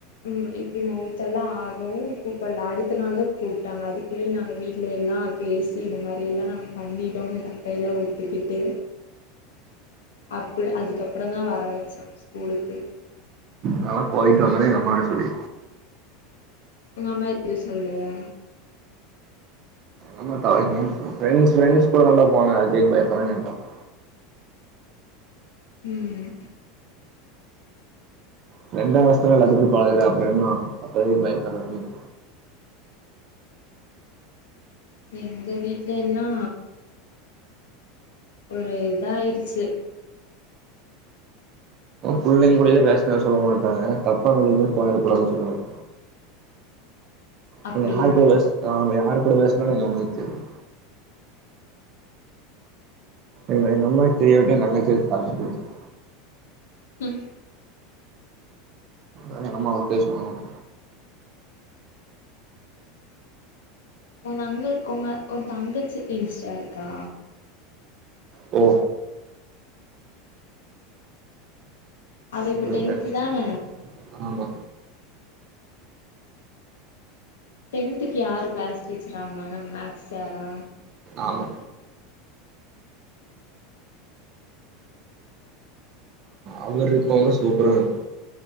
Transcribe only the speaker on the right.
நால்லா போயிட்டு வந்தொனே எங்க அம்மாட்ட சொல்லி
எங்கம்மா <unintelligible> ஃப்ரென்ட்ஸ் ஃப்ரென்ட்ஸ் கூட தண்டா போன அதுக் எதுக் பயப்பட்ற <unintelligible>
ஃப்ரெண்ட வச்தான எல்லாத்துக்குட பழகுற அப்பறொ என்னா அப்றோ எதுக்கு பயப்பட்ற அப்டின்
புள்ளைங்குடெல பேஸ்னது சொல்ல மாட்டாங்க தப்பான வலில ஏது போக கூடாதுன் சொல்லுவாங்க
அவ்ங்க யாரு கூட பேஸ் நா யார் கூட பேஸ்நாலு எங்க அம்மாக்கு தெரியு எங்க எங்க அம்மாக்கு தெரியாட்டியு எ தங்கச்சி எடுத்து காம்சு குடுத்துரு
அதெ எங்க அம்மா ஒகே சொல்லுவாங்க
ஓ
<unintelligible>
ஆமா
ஆமா அவருக்கு போதுலா சூப்பரா இர்கு